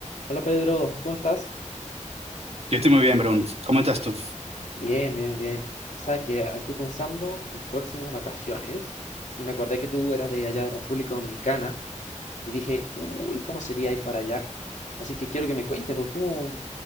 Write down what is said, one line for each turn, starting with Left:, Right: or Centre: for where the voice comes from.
Left: Hola Pedro, ¿cómo estás?
Right: Yo estoy muy bien, Brony. ¿Cómo estás tú?
Left: Bien, bien, bien. Sabes que estoy pensando mis próximas vacaciones y me acordé que tú eras de allá de República Dominicana y dije, uy, ¿cómo sería ir para allá? Así que quiero que me cuentes, vos, ¿cómo,